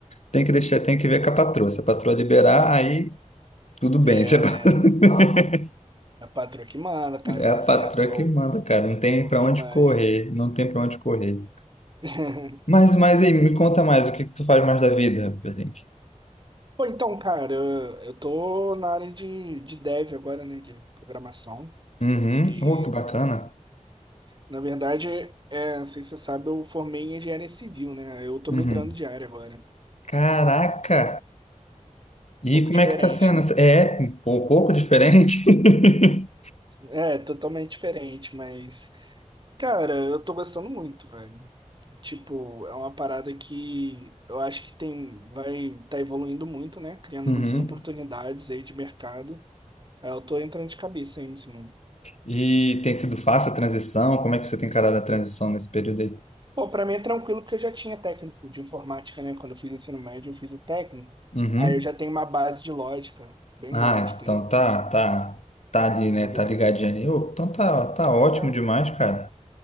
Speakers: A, on the left; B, on the right.
A: tem que deixar, tem que ver com a patroa. Se a patroa liberar, aí Tudo bem,
B: É,
A: você...
B: é.
A: é pa- <laughs>
B: É A patroa que manda, cara,
A: é
B: tá
A: a patroa
B: certo.
A: que
B: Ô,
A: manda, cara. Não tem
B: ô,
A: pra
B: rapaz.
A: onde correr, não tem pra onde correr.
B: <laughs>
A: Mas, mas
B: Mas,
A: aí, me conta mais, o que que tu faz mais da vida, Berlink?
B: pô, então, cara, eu, eu tô na área de, de dev agora, né? De programação.
A: Uhum.
B: e
A: Oh, que bacana.
B: Na verdade, é, não sei se você sabe, eu formei em engenharia civil, né? Eu tô
A: Uhum.
B: migrando de área agora. Um
A: Caraca! E
B: pouco
A: como
B: diferente,
A: é que tá sendo?
B: né?
A: essa- É um pou- pouco diferente. <laughs>
B: É, totalmente diferente, mas, cara, eu tô gostando muito, velho. Tipo, é uma parada que eu acho que tem, vai tá evoluindo muito, né? Criando
A: Uhum.
B: muitas oportunidades aí de mercado. Aí Eu tô entrando de cabeça aí nesse mundo.
A: E tem sido fácil a transição? Como é que você tem encarado a transição nesse período aí?
B: Pô, pra mim é tranquilo porque eu já tinha técnico de informática, né? Quando eu fiz ensino médio, eu fiz o técnico.
A: Uhum.
B: Aí eu já tenho uma base de lógica bem
A: Ah,
B: grande, entendeu?
A: então tá, tá, tá ali,
B: Desenvolvedor.
A: né? Tá ligadinho
B: e tal.
A: ali. Ô, então tá, tá ótimo
B: Ah,
A: demais, cara.